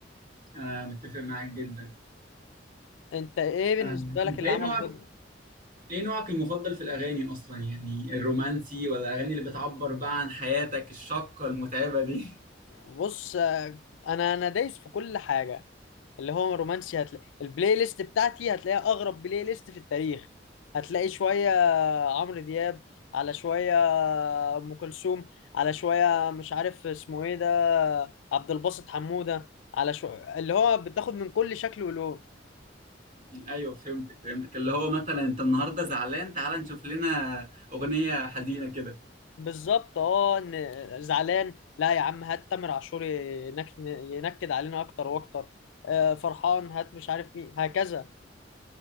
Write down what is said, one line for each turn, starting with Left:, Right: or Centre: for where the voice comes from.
Right: انا متفق معاك جدا
Left: انت ايه بالنسبه
Right: انا
Left: لك
Right: انت
Left: اللي
Right: ايه
Left: عمل
Right: نوعك
Left: ضجه
Right: ايه نوعك المفضل في الاغاني اصلا يعني الرومانسي ولا الاغاني اللي بتعبر بقى عن حياتك الشاقه المتعبه دي
Left: بص آه، انا انا دايس في كل حاجه اللي هو رومانسي هتلاقي البلاي ليست بتاعتي هتلاقيها اغرب بلاي ليست في التاريخ هتلاقي شويه عمرو دياب على شويه ام كلثوم على شويه مش عارف اسمه ايه ده عبد الباسط حموده على شويه اللي هو بتاخد من كل شكل ولون
Right: <laughs> ايوه فهمتك فهمتك اللي هو مثلا انت النهارده زعلان تعال نشوف لنا اغنيه حزينه كده
Left: بالظبط اه إن زعلان لا يا عم هات تامر عاشور ينكد, ينكد علينا اكتر واكتر آه، فرحان هات مش عارف مين هكذا